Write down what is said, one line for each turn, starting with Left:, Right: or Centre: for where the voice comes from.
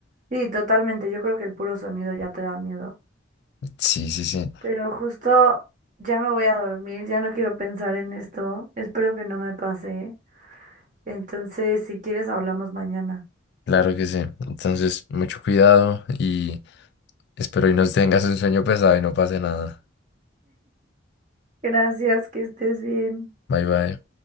Right: Sí, totalmente, yo creo que el puro sonido ya te da miedo.
Left: Sí, sí, sí,
Right: Pero justo ya me voy a dormir, ya no quiero pensar en esto, espero que no me pase. Entonces, si quieres, hablamos mañana.
Left: claro que sí. Entonces, mucho cuidado y espero y no tengas un sueño pesado y no pase nada.
Right: Gracias, que estés bien.
Left: Bye bye.